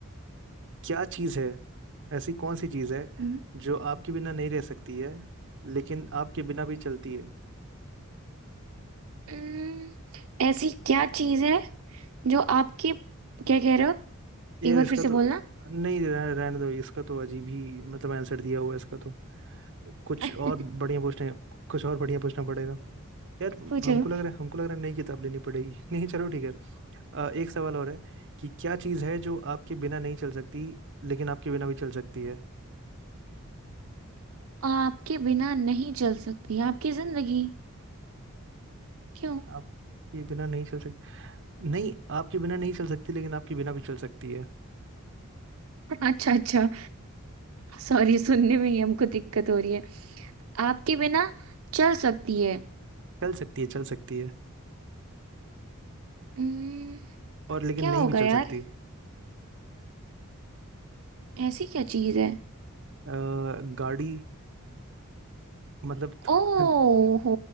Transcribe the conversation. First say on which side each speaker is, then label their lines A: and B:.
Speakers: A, on the right; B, on the right.
A: क्या चीज़ है ऐसी कौन सी चीज़ है
B: हम्म,
A: जो आपके बिना नहीं रह सकती है लेकिन आपके बिना भी चलती है
B: हम्म, ऐसी क्या चीज है जो आपके क्या कह रहे हो
A: यार
B: एक बार
A: इसका
B: फिर से
A: तो
B: बोलना
A: नहीं रह, रहने दो इसका तो अजीब ही मतलब आंसर दिया हुआ है इसका तो कुछ
B: <laughs>
A: और बढ़िया पूछने कुछ और बढ़िया पूछना पड़ेगा यार
B: पूछो
A: हमको लग रहा है हमको लग रहा है नई किताब लेनी पड़ेगी <laughs> नहीं चलो ठीक है अ, एक सवाल और है कि क्या चीज़ है जो आपके बिना नहीं चल सकती लेकिन आपके बिना भी चल सकती है
B: आपके बिना नहीं चल सकती आपकी जिंदगी क्यों
A: आपके बिना नहीं चल सकती नहीं आपके बिना नहीं चल सकती लेकिन आपके बिना भी चल सकती है
B: अच्छा अच्छा सॉरी सुनने में ही हमको दिक्कत हो रही है आपके बिना चल सकती है
A: चल सकती है चल सकती है
B: हम्म,
A: और लेकिन
B: क्या
A: नहीं
B: होगा
A: भी चल
B: यार
A: सकती
B: ऐसी क्या चीज है
A: अ, गाड़ी मतलब तु-
B: ओ
A: <laughs>
B: हो